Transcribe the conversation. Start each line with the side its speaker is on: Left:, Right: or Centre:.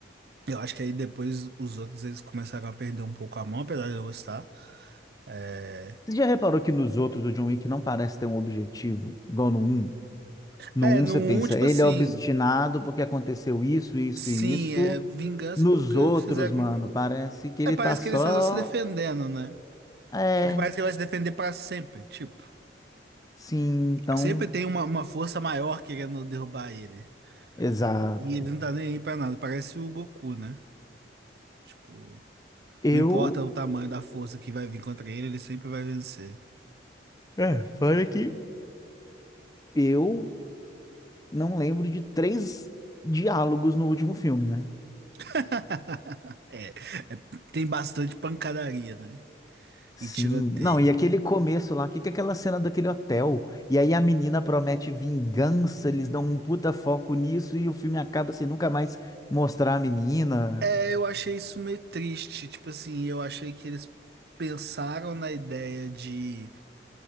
Right: Eu acho que aí depois os outros eles começaram a perder um pouco a mão, apesar de eu gostar. É,
Left: Você já reparou que nos outros o John Wick não parece ter um objetivo, igual no um? No
Right: é
Left: um
Right: no
Left: você
Right: um
Left: pensa,
Right: tipo
Left: ele
Right: assim,
Left: é obstinado porque aconteceu isso, isso
Right: sim,
Left: e isso.
Right: é vingança
Left: Nos
Right: porque
Left: outros,
Right: fizeram.
Left: mano, parece que ele
Right: É, parece
Left: tá só.
Right: que ele está só se defendendo, né?
Left: É,
Right: Só que parece que ele vai se defender para sempre, tipo.
Left: sim, então.
Right: Sempre tem uma, uma força maior querendo derrubar ele.
Left: Exato.
Right: E ele não tá nem aí pra nada. Parece o Goku, né? Tipo,
Left: Eu.
Right: não importa o tamanho da força que vai vir contra ele, ele sempre vai vencer.
Left: É, fora que. Eu não lembro de três diálogos no último filme, né?
Right: <laughs> É, é- tem bastante pancadaria, né?
Left: Sim,
Right: E tiroteio.
Left: não, e aquele começo lá, que que é aquela cena daquele hotel? E aí a menina promete vingança, eles dão um puta foco nisso e o filme acaba sem nunca mais mostrar a menina.
Right: É, eu achei isso meio triste. Tipo assim, eu achei que eles pensaram na ideia de